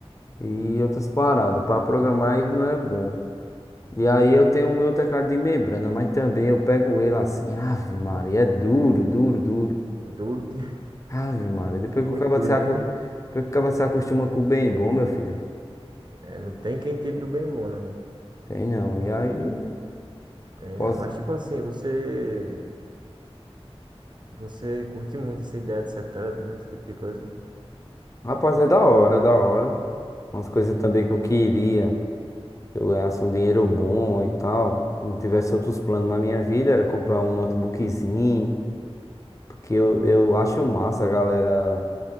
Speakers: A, on the left; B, on the right.
A: e outras paradas. Para programar ele não é bom. E aí eu tenho o meu teclado de membrana, mas também eu pego ele assim, Ave Maria, é duro, duro, duro.
B: Duro, de- <laughs>
A: Ave Maria, depois
B: muito
A: que o cara
B: duro,
A: se, acu...
B: né?
A: depois que o cara se acostuma com o bem bom, meu filho.
B: É, não tem quem tire do bem bom, não.
A: Tem não. E aí,
B: Tem,
A: posso...
B: não. mas, tipo assim, você, você curte muito essa ideia de setup, né? Esse tipo de coisa.
A: rapaz, é da hora, é da hora. Umas coisas também que eu queria. Se eu ganhasse um dinheiro bom e tal, não tivesse outros planos na minha vida, era comprar um notebookzinho, porque eu, eu acho massa, a galera